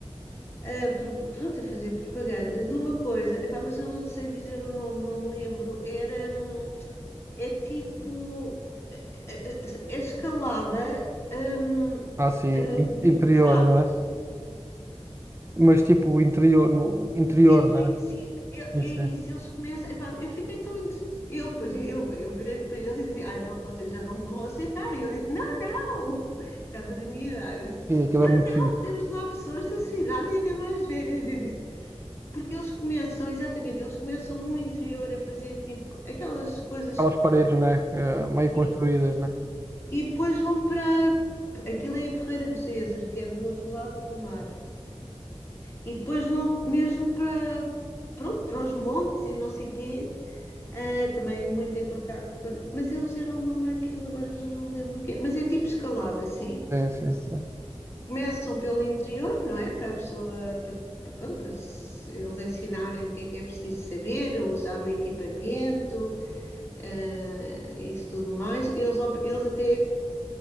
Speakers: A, on the left; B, on the right.
A: a pro- pronto, a fazer propaganda de uma coisa, Epá, mas eu não te sei dizer o nome, não me lembro. Era, hum, é tipo, é, é- é escalada, hum,
B: Ah, sim,
A: eh,
B: in- interior,
A: sabes?
B: não é? mas tipo interior, no interior,
A: Entre,
B: né?
A: sim, eu, é
B: Sim, sim.
A: isso, eles começam. epá, eu fiquei tão entre. Eu, depois eu, eu virei para ele e dizia: Ah, não, vocês já não me vão aceitar. E ele disse: Não, não, <laughs> por causa da minha idade. Eu disse,
B: Sim, aquilo
A: não,
B: é muito fixe.
A: temos lá pessoas da sua idade e até mais velhas. E eu disse: Porque eles começam, exatamente, eles começam no interior a fazer tipo aquelas coisas
B: Aquelas paredes, né? eh, meio
A: que.
B: construídas, né?
A: E depois vão para. Aquilo é em Ferreira do Zezer, que é do outro lado do mar. E depois vão mesmo para. Pronto, para os montes e não sei o quê. Ah, também muito em contacto com. Mas eles eram numa aquilo, agora já não me lembro o quê. Mas é tipo escalada, assim.
B: Sim, sim, sim.
A: Começam pelo interior, não é? Para a pessoa, para, para- pronto, para se- eles ensinarem o que é que é preciso saber, a usar o equipamento, ah, isso tudo mais. Eles, op- eles até